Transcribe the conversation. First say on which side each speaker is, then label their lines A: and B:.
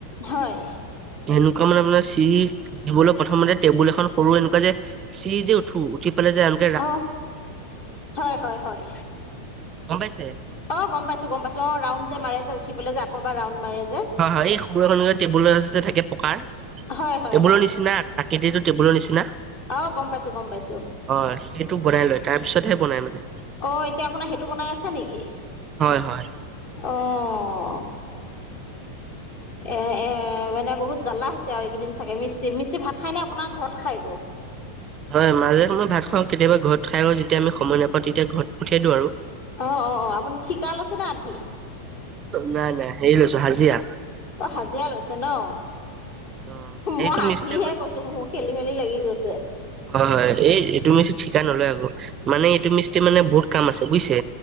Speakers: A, on the left (about 50°); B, on the right (about 25°).
A: হয়।
B: হেনেকুৱা মানে আপোনাৰ চিৰি দিবলৈ প্ৰথমতে টেবুল এখন সৰু এনেকুৱা যে, চিৰি যে উঠো উঠি পেলাই য আনো,
A: অ হয় হয় হয়।
B: গম পাইছে?
A: অঁ, গম পাইছো গম পাইছো অ ৰাউণ্ড যে মাৰে যে উঠি পেলাই যে আকৌব ৰাউণ্ড মাৰে যে,
B: হয় হয় এই সম শ টেবুলৰ থাকে পকাৰ টেবুলৰ
A: হয় হয় হয়
B: নিচিনা, আকৃতিটো টেবুলৰ নিচিনা।
A: অ গম পাইছো গম পাইছো।
B: অঁ, সেইটো বনাই লয় তাৰ পিছতহে বনাই মানে।
A: অ, এতিয়া আপোনাৰ সেইটো বনাই আছে নেকি?
B: হয় হয়
A: অঁ। এ এ মানে বহুত জ্বালা হৈছে আৰু এইকেইদিন চাগে মিস্ত্ৰী মিস্ত্ৰী ভাত খাই নে আপোনাৰ ঘৰত খাই গৈ?
B: হয় মাজে সময়ই ভাত খাওঁ কেতিয়াবা ঘৰত খাই আ যেতিয়া আমি সময় নাপাওঁ তেতিয়া ঘৰত পঠিয়াই দিওঁ আৰু।
A: অ অ অ আপুনি ঠিকা লৈছে নে আধি?
B: নাই নাই হেৰি লৈছো হাজিৰা।
A: অ হাজিৰা লৈছে ন?
B: অ এইটো
A: মই আধিহে
B: মিস্ত্ৰী আকৌ
A: কৈছো মোৰ খেলি মেলি লাগি গৈছে।
B: হয় হয় এইটো মিস্ত্ৰী ঠিকা নলয় আগৌ মানে এইটো মিস্ত্ৰী মানে বহুত কাম আছে বুজিছে।